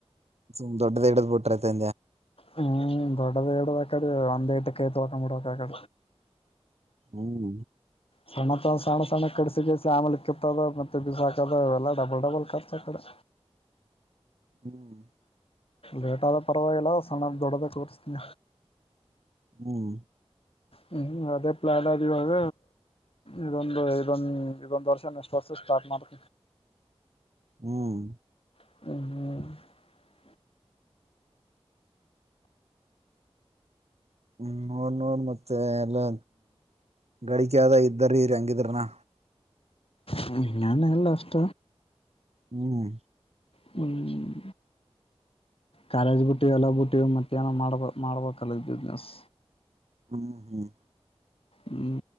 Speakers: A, on the right; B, on the left.
A: ಸು್ ದೊಡ್ಡದ ಹಿಡ್ ಬಿಟ್ರೈತೆ
B: ಹ್ಮ್ ದೊಡ್ಡದ ಎಡದ ಅಡೆ ಅಂದ ಇಟಕ್ಕೆೈ ತ ಹಕಂಬಿಡೋಕ ಅಡೆ
A: ಹ್ಮ್
B: ಸಣ್ಣ ತ ಸಣ್ಣ ಸಣ್ಣ ಕಡಸಿ ಕಸಿಸಿ ಆಮಲೆ ಕತ್ತದ ಮತ್ತೆ ಬಿಸಾಕದ ಇವೆಲ್ಲ ಡಬಲ್ ಡಬಲ್ ಖರ್ಚ ಕಡೆ
A: ಹ್ಮ್
B: ಲೇಟ್ ಆದ ಪರವಾಗಿಲ್ಲ ಸಣ್ಣ ದೊಡ್ಡದ ತೋರ್ಸ್ತೀನಿ
A: ಹ್ಮ್
B: ಹ್ಮ್ ಅದೇ ಪ್ಲಾನ್ ಆದ ಇವಾಗ ಇದೊಂದು ಇದೊಂದು ಇದೊಂದು್ ವರ್ಷ ನೆಸ್ಟ್ ವರ್ಷ ಸ್ಟಾರ್ಟ್ ಮಾಡ್ರ
A: ಹ್ಮ್
B: ಹ್ಮ್ ಹ್ಮ
A: ಹ್ಮ್ ನೋಡ್ ನೋಡ್ ಮತ್ತೆ ಎಲ್ಲ ಡಿಕೆದ ಇದ್ದರಿರಿ ಹಂಗಿದ್ರನಾ
B: ಹ್ಮ ಾನ ಎಲ್ಲ ಇಷ್ಟ
A: ಹ್ಮ್
B: ಹ್ಮ್ ಕಾಲೇಜ ಬುಟ್ಟಿ ಅಲ್ಲ ಬುಟ್ಟಿ ಮತ್ತೆ ಏನೋ ಮಾಡ್ಬ ಮಾಡ್ಬೇಕಲ್ಲ ಬಿಸ್ನೆಸ್
A: ಹ್ಮ್ ಹ್ಮ್
B: ಹ್ಮ್